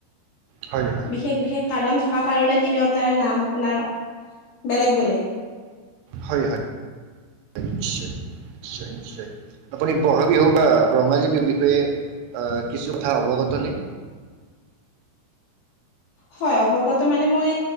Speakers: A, on the right; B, on the left.
A: হয় হয় হয়
B: বিশেষ, বিশেষ কাৰণ থকা কাৰণে তিনিওটাৰ নাম আপোনাৰ বেলেগ বেলেগ।
A: হয়, হয়। নিশ্চয়, নিশ্চয়, নিশ্চয়। আপুনি বহাগ বিহু বা ৰঙালী বিহুৰ বিষয়ে কিছু কথা অৱগতনে?
B: হয়, অৱগত মানে মই